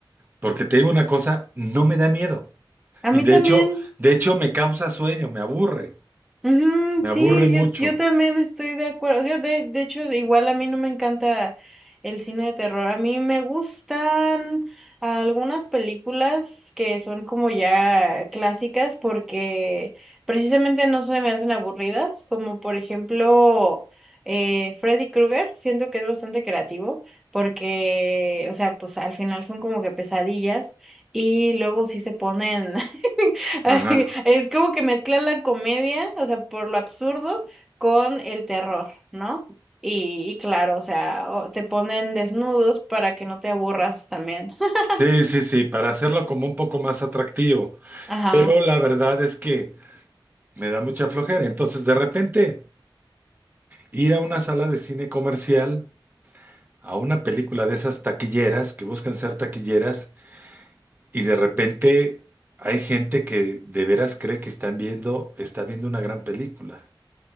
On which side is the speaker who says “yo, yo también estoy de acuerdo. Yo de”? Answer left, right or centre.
Centre